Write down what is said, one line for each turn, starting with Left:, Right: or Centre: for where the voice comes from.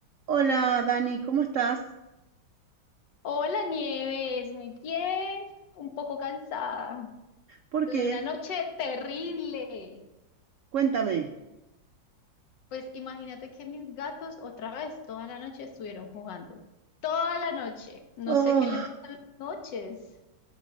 Right: Hola, Dani, ¿cómo estás?
Left: Hola Nieves, muy bien, un poco cansada.
Right: ¿Por
Left: Tuve
Right: qué?
Left: una noche terrible.
Right: Cuéntame.
Left: Pues imagínate que mis gatos otra vez toda la noche estuvieron jugando. Toda la noche. No
Right: Oh,
Left: sé qué les pasa en las noches.